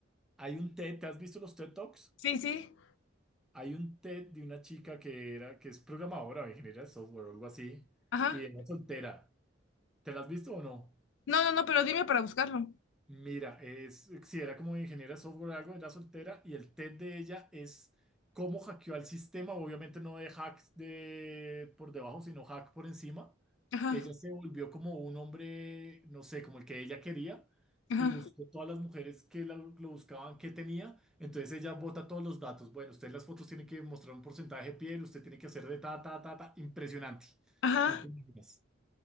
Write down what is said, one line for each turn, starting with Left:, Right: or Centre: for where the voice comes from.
Centre: Hay un TED, ¿te has visto los TED Talks?
Left: Sí, sí,
Centre: Hay un TED de una chica que era, que es programadora o ingeniera de software o algo así,
Left: ajá.
Centre: y era soltera. ¿Te la has visto o no?
Left: No, no, no, pero dime para buscarlo.
Centre: Mira, es, si era como ingeniera de software o algo, era soltera y el TED de ella es cómo hackeó al sistema, obviamente no de hacks de, por debajo, sino hack por encima.
Left: Ajá,
Centre: Ella se volvió como un hombre, no sé, como el que ella quería
Left: ajá,
Centre: y buscó todas las mujeres que la- lo buscaban, que tenía. Entonces ella bota todos los datos. Bueno, usted en las fotos tiene que mostrar un porcentaje de piel, usted tiene que hacer de ta, ta, ta, ta, impresionante.
Left: ajá.
Centre: No te imaginas.